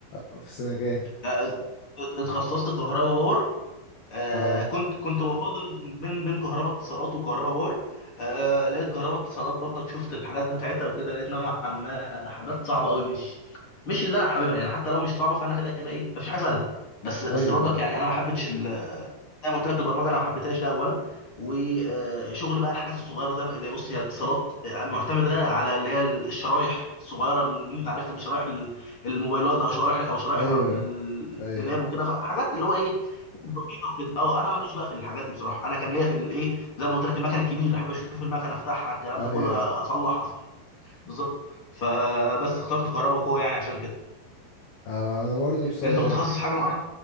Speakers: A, on the left (about 65°); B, on the left (about 30°).
A: آه، في سنة جاية
B: أ- اتخصصت كهرباء باور آه
A: اه
B: كنت كنت بفاضل بين بين كهرباء اتصالات وكهرباء باور آه لقيت كهرباء اتصالات برضك شفت الحاجات بتاعتها وكده لقيت نوعا ما حاجات صعبه قوي مش مش اللي انا حاببها يعني حتى لو مش صعبه فانا كده كده ايه مفيش حاجه سهله بس بس
A: ايوه
B: برضك
A: ايوه
B: يعني انا ما حبيتش زي ما قلت لك البرمجه انا ما حبيتهاش ده اولا وشغل بقى الحاجات الصغيره زي ما اللي بص هي اتصالات آه، معتمده على اللي هي الشرايح الصغيره اللي انت عارفها دي شرايح ال- الموبايلات او شرايح او شرايح
A: ايوه
B: ال-
A: ايوه
B: اللاب وكده فحاجات اللي هو ايه دقيقه وكده اه انا ماليش بقى في الحاجات دي بصراحه انا كان ليا في الايه زي ما قلت لك المكن الكبير احب اشوف المكن افتحها الكلام
A: ايوه
B: ده كله اصلح بالظبط فبس اخترت كهربا قوه يعني عشان كده
A: آه انا برضو بصراحة
B: انت
A: يعني
B: متخصص حاجه معينه